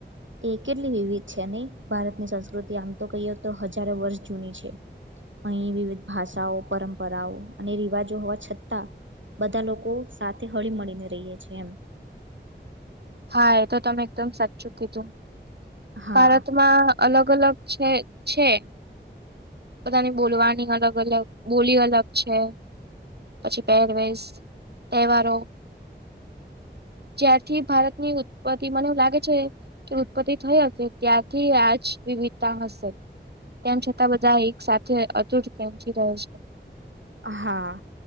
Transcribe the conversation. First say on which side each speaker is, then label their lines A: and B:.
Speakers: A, on the right; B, on the right.
A: એ કેટલી વિવિધ છે નઈ ભારતની સંસ્કૃતિ આમ તો કહીએ તો હજારો વર્ષ જૂની છે. અહીં વિવિધ ભાષાઓ પરંપરાઓ અને રિવાજો હોવા છતાં બધા લોકો સાથે હળી મળીને રહીએે છે એમ.
B: હા એ તો તમે એકદમ સાચું કીધું
A: હા
B: ભારતમાં અલગ અલગ છે છે બધાની બોલવાની અલગ અલગ બોલી અલગ છે પછી પહેરવેશ તહેવારો જ્યારથી ભારતની ઉત્પત્તિ મને એવું લાગે છે. કે ઉત્પત્તિ થઈ હશે ત્યારથી આજ વિવિધતા હશે. તેમ છતાં બધા એક સાથે અતુટ પ્રેમથી રહે છે.
A: હા આ